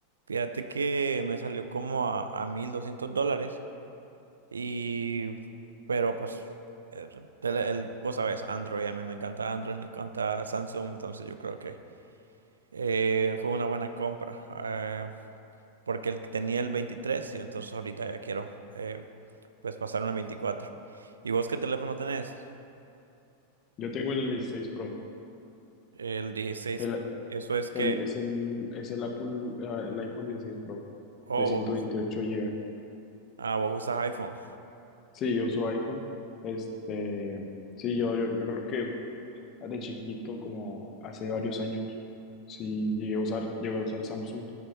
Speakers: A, on the right; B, on the left.
A: Fíjate que me salió como a, a 1.200 dólares y, pero pues, el, el, vos sabes, Android, a mí me encanta Android, me encanta Samsung, entonces yo creo que... Eh, fue una buena compra, eh, porque el- tenía el 23 y entonces ahorita ya quiero eh, pues pasarme al 24. ¿Y vos qué teléfono tenés?
B: Yo tengo el 16 Pro.
A: El 16.
B: El,
A: Pro. Eso es que...
B: el, es el, es el Apple, ah, el iPhone 16 Pro
A: Oh,
B: de ciento
A: vos,
B: veintiocho GB.
A: ah, vos usas iPhone.
B: Sí, yo uso iPhone. Este, sí, yo, yo, yo creo que de chiquito, como hace varios años, sí llegué a usar, llegué a usar Samsung.